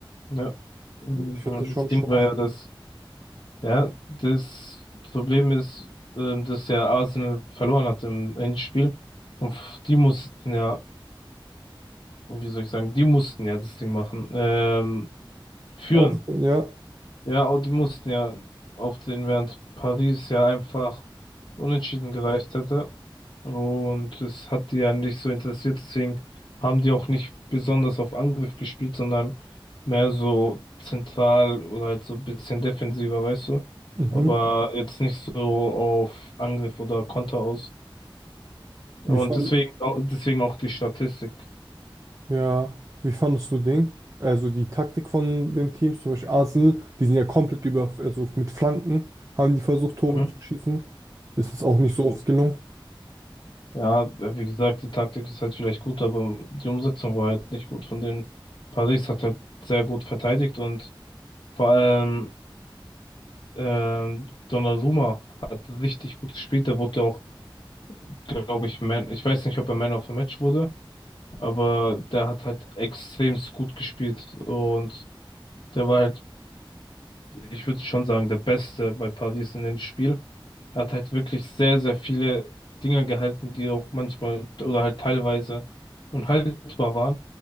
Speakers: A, on the left (about 60°); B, on the right (about 35°).
A: Ja. Mhm.
B: Ich finde
A: Das
B: das schon
A: Ding
B: schwach.
A: war ja, dass, ja, das Problem ist, ähm, dass ja Arsenal verloren hat im Endspiel. Und f- die mussten ja, wie soll ich sagen, die mussten ja das Ding machen, ähm, führen.
B: Auf, ja.
A: Ja, und die mussten ja auf den, während Paris ja einfach unentschieden gereicht hätte. Und es hat die ja nicht so interessiert, deswegen haben die auch nicht besonders auf Angriff gespielt, sondern mehr so zentral oder halt so ein bisschen defensiver, weißt du?
B: Mhm.
A: Aber jetzt nicht so auf Angriff oder Konter aus. Und
B: Wie fand,
A: deswegen, au- deswegen auch die Statistik.
B: ja. Wie fandest du Ding? Also die Taktik von den Teams, zum Beispiel Arsenal, die sind ja komplett über, also mit Flanken haben die versucht, Tore
A: Mhm.
B: zu schießen. Es Ist auch nicht so oft gelungen.
A: Ja, ja, wie gesagt, die Taktik ist halt vielleicht gut, aber die Umsetzung war halt nicht gut von den Paris hat halt sehr gut verteidigt und vor allem Ähm, Donnarumma hat richtig gut gespielt. Der wurde ja auch, glaube ich, Man, ich weiß nicht, ob er Man of the Match wurde, aber der hat halt extremst gut gespielt und der war halt, ich würde schon sagen, der Beste bei Paris in dem Spiel. Er hat halt wirklich sehr, sehr viele Dinger gehalten, die auch manchmal oder halt teilweise unhaltbar waren